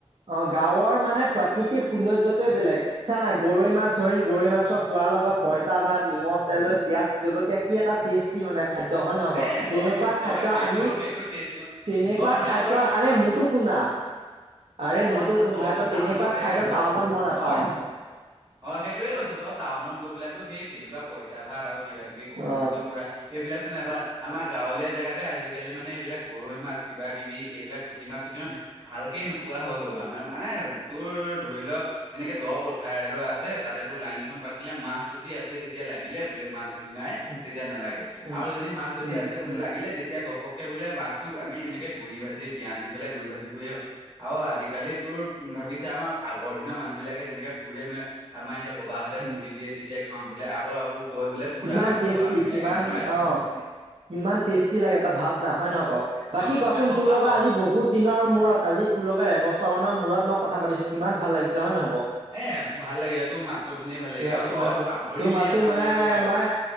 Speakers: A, on the right; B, on the right.
A: অ', গাঁৱৰ মানে প্ৰাকৃতিক সৌন্দয্যতোৱেই বেলেগ, চা না, গৰৈ মাছ ধৰিম, গৰৈ মাছৰ পোৰাৰ লগত পইতা ভাত, নিমখ তেল লৈ পিয়াজ জলকীয়া কি এটা টেষ্টি মানে। খাদ্য হয় নে নহয় বাৰু?
B: এ তই
A: তেনেকুৱা
B: তই
A: খাদ্য
B: সেইটো
A: আ তুমি,
B: সেইটো টেষ্টটো
A: তেনেকুৱা
B: তই মানে
A: খাদ্য,
B: তই সেইটো
A: আৰে
B: টাউনৰ
A: মোৰতো শুনা। আৰে
B: এ তই
A: মোৰতো
B: তইতো
A: শুন ভাই, তই
B: টাউনৰ
A: তেনেকুৱা
B: জেগাত
A: খাদ্য
B: গৈ
A: টাউনত মই নাপাও।
B: তই অ', সেইটোয়েই কৈছোঁ, তই টাউনত গৈ পেলাইতো সেই তেনেকুৱা পঁইতা ভাত আৰু কিবা কিবি গৰৈ
A: অ,
B: মাছৰ পোৰা, এইবিলাক নাইবা, আমাৰ গাঁৱলীয়া জেগাতেই আজিকালি মানে এইবিলাক গৰৈ মাছ কিবা কিবি এইবিলাক পুঠিমাছ চুঠিমাছ
A: উম,
B: ভালকেই নোপোৱা হৈ গ'লো, আমাৰ মানে, তোৰ ধৰি ল', এনেকে দ পথাৰ এডৰা আছে, তাতেই তোৰ লাঙি খন পাতিলে, মাছ যদি আছে তেতিয়া লাগিলে, বোলে মাছ যদি নাই,
A: উম,
B: তেতিয়া নালাগে।
A: উম,
B: আৰু যদি মাছ যদি
A: উম,
B: আছে বোলে
A: উম,
B: লাগিলে, তেতিয়া ঘপককে বোলে মাছটো আমি এনেকে গুৰি ভাজিৰে পিয়াজ দি পেলাই গুৰি ভাজি কৰিয়েই আৰু আজিকালি তোৰ ভাবিছা, আমাৰ আগৰ দিনৰ মানুহ বিলাকে যেনেকে পুৰে মেলে, আমাৰ এতিয়া। বাবাহঁতে
A: উম,
B: পুৰি দিয়ে তেতিয়াই খাওঁ, বোলে আকৌ আকৌ কৈ বোলে, পুৰা
A: কিমান
B: মাছ
A: টেষ্টি
B: খাব আমি বিলাকে
A: কিমান
B: নেপায়।
A: অ,
B: <unintelligible>
A: কিমান টেষ্টি লাগে তই ভাৱ না, হয় নহয় বাৰু, বাকী
B: অ
A: ক'চোন
B: আকৌ
A: তোৰলগত
B: পাতত
A: আজি বহুত দিনৰ মূৰত আজি তোৰলগত। এবছৰ মানৰ মূৰত মই কথা পাতিছো, কিমান ভাল লাগিছে হয় নহয়। বাৰু
B: এ ভাল লাগিলে, তোৰ মাতটো শুনিয়ে ভাল লাগিল
A: আহ,
B: আৰু
A: কিমান
B: তই
A: তো-
B: পাহৰিলিয়ে
A: তোৰ মাতো
B: আমাৰ
A: মানে
B: বিলাকক আৰু।
A: মই,